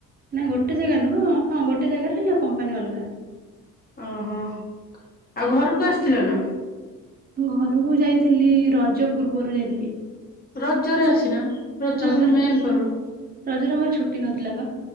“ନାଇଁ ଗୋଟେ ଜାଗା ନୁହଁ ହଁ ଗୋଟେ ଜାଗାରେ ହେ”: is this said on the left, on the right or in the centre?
Right